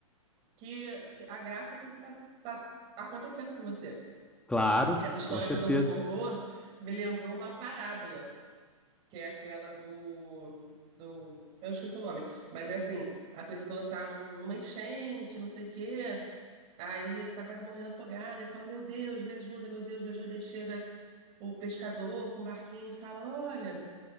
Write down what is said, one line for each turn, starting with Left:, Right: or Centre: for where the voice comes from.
Right: que, que a graça que está acontecendo com você.
Centre: Claro,
Right: Essa história
Centre: com certeza.
Right: que você contou me lembrou uma parábola, que é aquela do, do, eu esqueci o nome, mas é assim, a pessoa tá num- numa enchente, não sei o quê, aí tá quase morrendo afogada e fala, meu Deus, me ajuda, meu Deus, me ajuda. Aí chega o pescador com o barquinho e fala, olha